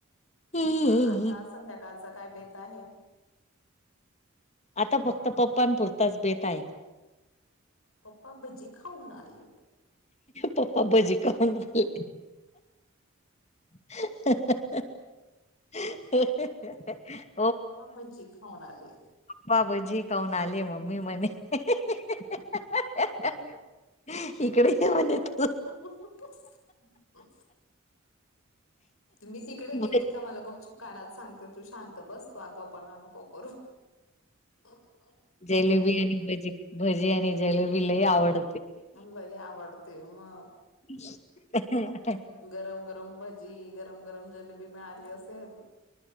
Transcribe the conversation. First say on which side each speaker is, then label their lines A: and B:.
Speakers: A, on the left; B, on the left.
A: हं,
B: मग आता
A: हं.
B: संध्याकाळच काय बेत आहे.
A: आता फक्त पप्पां पुुरताच बेत आहे.
B: पप्पा भजी खाऊन आलेत.
A: पप्पा भज्जी खाऊन आले. हं हं हं हं हं हं हं हं.
B: प्पा भजी खान आले.
A: पा बजी काऊन आले मम्मी म्हणे हं हं हं हं हं. इकडे ये म्हणेत.
B: हं हं हं हं. मी तिकडे
A: तू.
B: गेली का मला खूपप कानात सांगते तू शांत बस तू आगाव पण आणो. को करू <unintelligible>
A: जलेबी आणि भजी भजी आणि जलेबी लय आवड
B: लय आवडते म?
A: <unintelligible>
B: गरम गरम भजी, गरम गरम जलेबी मिळाली असेल.